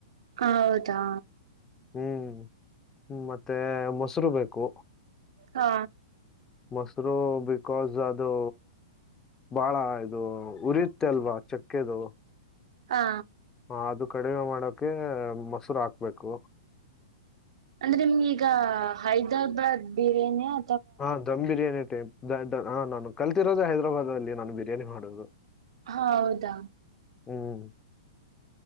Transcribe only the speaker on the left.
ಹ್ಮ್ ಹ್ಮ ಮತ್ತೆ ಮೊಸರು ಬೇಕು
ಮೊಸರು ಬಿ ಕಾಸ್ ಅದು ಬಹಳ ಇದು ಉರಿಯತ್ತೆ ಅಲ್ವಾ ಚಕ್ಕೆದು
ಆ, ಅದು ಕಡಿಮೆ ಮಾಡೋಕೆ ಮೊಸರು ಹಾಕ್ಬೇಕು
ಹಾ ದಮ್ ಬಿರಿಯಾನಿ ದಡ್ಡ ಹಾ ನಾನು ಕಲ್ತಿರೋದೇ ಹೈದ್ರಾಬಾದ್ ಅಲ್ಲಿ ನಾನು ಬಿರಿಯಾನಿ ಮಾಡೋದು
ಹ್ಮ್